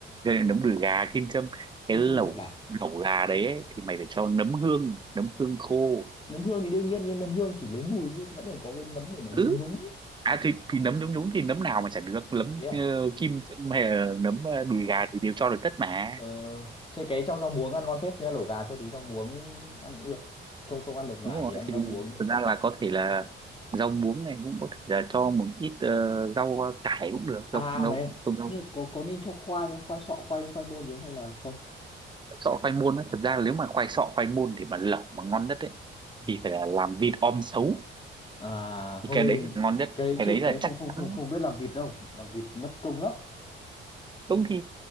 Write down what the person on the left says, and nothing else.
không
không được gà
nấm hương thì đương nhiên nhưng nấm hương chỉ lấy mùi chứ vẫn phải có cái nấm để mà
nhúng nhúng nhé
thế à
ờ, xay cái cho rau muống ăn ngon phết chứ lẩu gà cho tí rau muống ăn cũng được không không ăn được ngải
thì ăn
rau muống
cũng
tạm
à
mày ơi,
nhưng có có nên cho khoai không khoai sọ khoai khoai môn gì không hay là không
Ừ.
à
thôi
cái đấy
chịu
cái đấy không
không
không không biết làm vịt đâu làm vịt mất công lắm